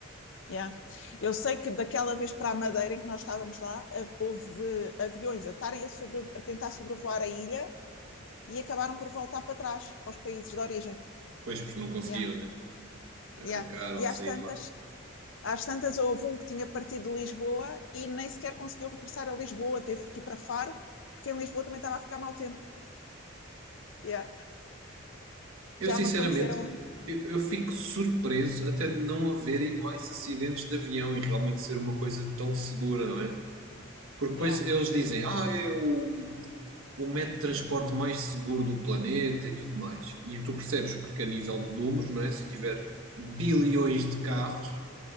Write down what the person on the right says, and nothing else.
Pois, porque não conseguiam,
né? Arrancar
ou
sair
de lá.
Eu, sinceramente,
eu, eu fico surpreso até de não haverem mais acidentes de avião e realmente ser uma coisa tão segura, não é? Porque depois
eles dizem, ah, é o o método de transporte mais seguro do planeta e tudo mais. E tu percebes, porque a nível de números, não é? Se eu tiver bilhões de carros